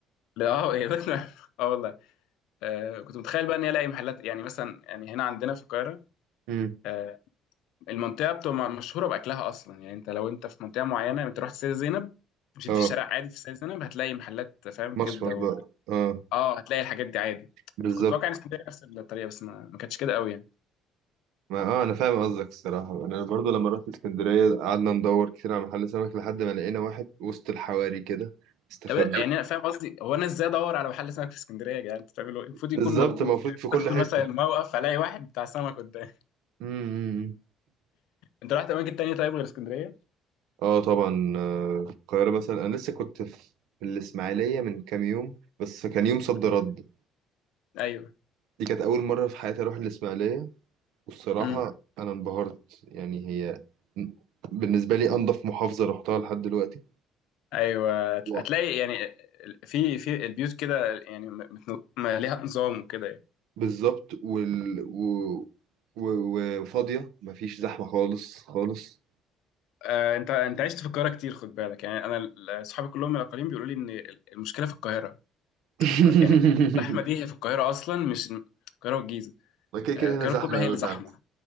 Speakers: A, on the left; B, on the right.
A: لا اه إيه ده؟ <laughs> اه والله آه، كنت متخيل بقى اني الاقي محلات يعني مثلا يعني هنا عندنا في القاهره
B: <laughs> امم
A: آه، المنطقه بتبقى مشهوره باكلها اصلا يعني انت لو انت في منطقه معينه انت رحت سيدة زينب مشيت
B: اه
A: في شارع عادي في سيدة زينب هتلاقي محلات فاهم
B: مصمت
A: كبده و...
B: بقى اه
A: اه هتلاقي الحاجات دي عادي
B: بالظبط
A: فكنت واقع ان اسكندريه نفس الطريقه بس ما, ما كانتش كده قوي يعني
B: ما اه انا فاهم قصدك الصراحة يعني انا برضو لما رحت اسكندرية قعدنا ندور كتير على محل سمك لحد ما لقينا واحد وسط الحواري كده استخبى
A: طب يعني انا فاهم قصدي هو انا ازاي ادور على محل سمك في اسكندريه يا جدعان انت بتعملوا ايه المفروض يكون
B: بالظبط
A: موجود
B: المفروض
A: كده
B: في كل
A: ادخل
B: حتة
A: مثلا الموقف الاقي واحد بتاع سمك قدامي
B: امم
A: انت رحت اماكن تانية طيب غير اسكندريه
B: اه طبعا آه، في القاهرة مثلا انا لسه كنت في الاسماعيلية من كام يوم بس كان يوم صد
A: مم.
B: رد
A: ايوه
B: دي كانت اول مرة في حياتي اروح الاسماعيلية والصراحة
A: امم
B: أنا انبهرت يعني هي بالنسبة لي أنظف محافظة رحتها لحد دلوقتي
A: ايوه هتلاقي
B: و-
A: يعني في في البيوت كده يعني متن- ليها نظام وكده يعني
B: بالظبط وال... و... و... وفاضية مفيش زحمة خالص خالص
A: آه، انت انت عشت في القاهره كتير خد بالك يعني انا ال- صحابي كلهم من الاقاليم بيقولوا لي ان ال- المشكله في القاهره
B: <laughs>
A: ك- يعني الزحمه دي هي في القاهره اصلا مش القاهره والجيزه
B: ما كده كده
A: آه، القاهره
B: هنا زحمة
A: الكبرى هي
B: أوي
A: اللي زحمه
B: فعلا